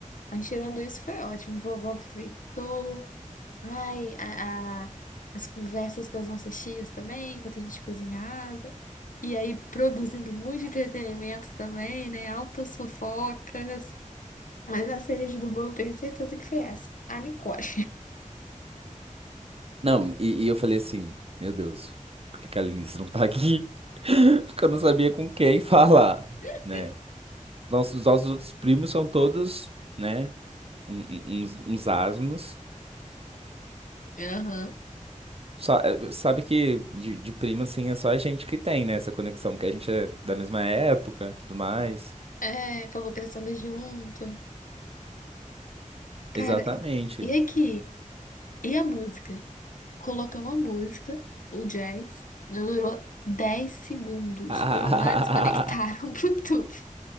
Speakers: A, on the left; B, on the right.
A: Mas tirando isso foi ótimo. Vovó aproveitou. Ai, a, a- as conversas com as nossas tias também, enquanto a gente cozinhava. E aí produzindo muito entretenimento também, né? Altas fofocas. Mas a cereja do bolo tenho certeza que foi essa. A Nicole.
B: Não, e, e eu falei assim, meu Deus, por que que a Linice não tá aqui? <laughs> Porque eu não sabia com quem falar,
A: <laughs>
B: né? Nossos, nossos outros primos são todos, né, um- um- uns, uns asnos.
A: Aham.
B: Só, eh, sabe que de, de primo, assim, é só a gente que tem, né? Essa conexão, que a gente é da mesma época, e tudo mais.
A: É, acabou crescendo junto. Cara,
B: Exatamente.
A: e aqui? E a música? Colocamos a música, o jazz, durou dez segundos.
B: Ah,
A: Foram lá, desconectaram <laughs> o Bluetooth